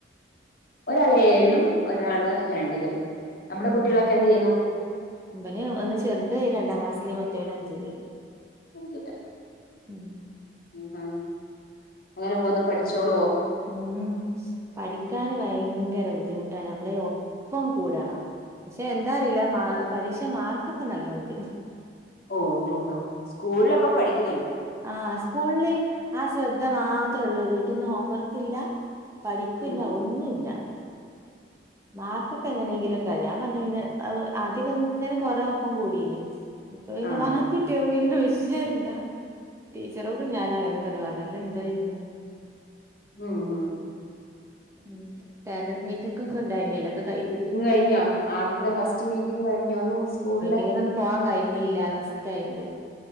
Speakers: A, on the left (about 55°); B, on the right (about 15°).
A: ഒരാള് ഏഴിലും ഒരാള് രണ്ടിലും നമ്മുടെ
B: ഉം
A: കുട്ടികളൊക്കെ എന്ത് ചെയ്യുന്നു
B: മ്പന് ഒന്ന് ചെറുത് രണ്ടാം ക്ലാസ് മറ്റേവന അനസി
A: <unintelligible>
B: ഉം
A: ഉ ഹം എങ്ങനെ പോന്ന് പഠിച്ചോളുവോ
B: ഉം പഠിക്കാന് വയ ഭയങ്കര ബുദ്ധിമുട്ടാ നമ്മള് ഒപ്പം കൂടണം പക്ഷെ എന്താ അറീല മാ പരീക്ഷ മാർക്കൊക്കെ നല്ലതോണ്ട്
A: ഓ ഹ ഹ സ്കൂളിൽപ്പൊ പഠിക്കുന്നുണ്ട്ോ
B: ആഹ സ്കൂളില് ആ ശ്രദ്ധ മാത്രേ ഉള്ളൂ വീട്ടിൽന്ന് ഹോം വർക്ക് ഇല്ല പഠിക്കില്ല
A: ഉം
B: ഒന്നുമില്ല മാർക്കൊക്കെ എങ്ങനെയെങ്കിലൊക്കെ ഞാൻ പറഞ്ഞ കഴെ ആധികം എങ്ങനെ കൊറ ഒപ്പം കൂടീന് ഇപ്പൊ പിെ
A: ആ
B: മ
A: ആ
B: കിട്ടിയുമ്പോ ഇെ വിഷയമല്ല ടീച്ചറോട് ഞാൻ അങ്ങനെ തന്നെ പറഞ്ഞു <unintelligible> എന്താ ചെയ്യുന്നേ
A: മ്മ് മ് മ്
B: ഉം തന്നെ മീച്ചക്ക കൊണ്ടായിനി ല്ലെ
A: മീറ്റിംഗ് കഴിഞ്ഞോ ആദ്യത്തെ ഫസ്റ്റ് മീറ്റിംഗ് കഴിഞ്ഞോന്ന് സ്കൂളിലെ
B: ഇങ്ങന ഒും പോവാൻ കഴിഞ്ഞല്ല വസ്ഥായിണ്ട്